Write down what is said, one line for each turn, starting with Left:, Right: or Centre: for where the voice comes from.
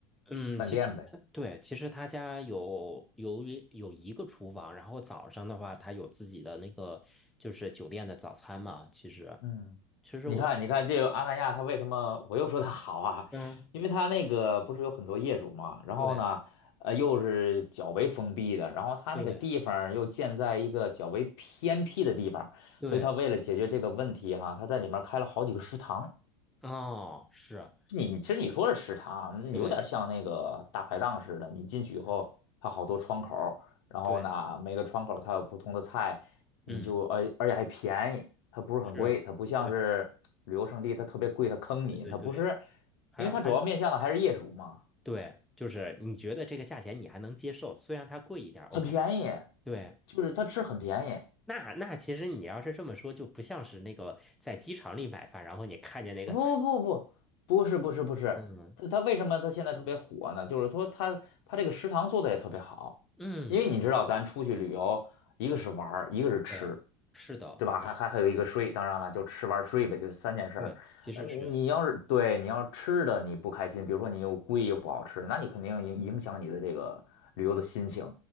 Centre: 嗯，
Left: 饭店呗。
Centre: 其实对，其实他家有有有一个厨房，然后早上的话，他有自己的那个就是酒店的早餐嘛。其实，
Left: 嗯，
Centre: 其实我觉得，
Left: 你看，你看这个阿那亚，它为什么我又说它好啊？
Centre: 嗯，
Left: <laughs> 因为它那个不是有很多业主嘛，然后呢，
Centre: 对
Left: 呃，又是较为封闭的，然后它那个地方儿又建在一个较为偏僻的地方，
Centre: 对对，
Left: 所以它为了解决这个问题哈，它在里面开了好几个食堂。
Centre: 哦，是，
Left: 你其实你说的食堂有点像那个大排档似的，
Centre: 对，
Left: 你进去以后，
Centre: 嗯，
Left: 它好多窗口儿然后呢，
Centre: 对，
Left: 每个窗口儿它有不同的菜，你就而而且还便宜，
Centre: 嗯，
Left: 它不是很贵，
Centre: 是，
Left: 它不像是旅游胜地，
Centre: 对
Left: 它特别贵，它坑你，
Centre: 对对对，
Left: 它不是，
Centre: 还还。
Left: 因为它主要面向的还是业主嘛，
Centre: 对，就是你觉得这个价钱你还能接受，虽然它贵一点儿，OK。
Left: 很便宜，
Centre: 对，
Left: 就是它吃很便宜，
Centre: 那那其实你要是这么说，就不像是那个在机场里买饭，然后你看见那个菜，
Left: 不不不，不是不是不是，
Centre: <laughs> 嗯
Left: 他他为什么他现在特别火呢？就是说他他这个食堂做的也特别好，
Centre: 嗯，
Left: 因为你知道咱出去旅游，一个是玩儿，一个是吃，
Centre: 对，是的，
Left: 对吧？还还还有一个睡，当然了，就吃玩儿睡呗，就是三件事儿。
Centre: 对，其实是这样，
Left: 呃，你要是对你要是吃的你不开心，比如说你又贵又不好吃，那你肯定影影响你的这个旅游的心情。